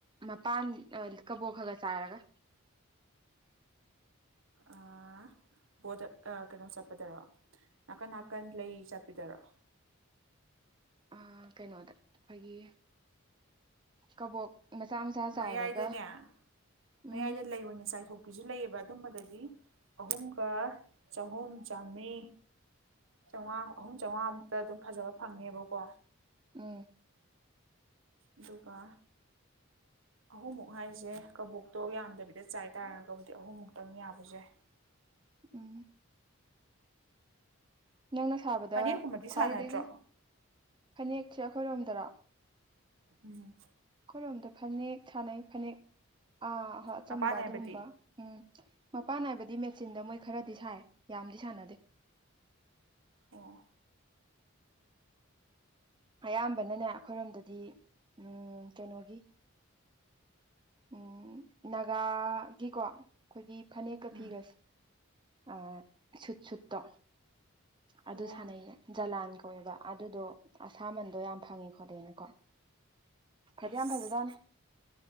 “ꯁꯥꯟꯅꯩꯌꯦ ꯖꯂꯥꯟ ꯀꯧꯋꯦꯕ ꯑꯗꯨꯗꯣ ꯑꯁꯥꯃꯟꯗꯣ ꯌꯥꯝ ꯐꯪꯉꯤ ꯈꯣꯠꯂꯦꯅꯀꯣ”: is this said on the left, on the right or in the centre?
Right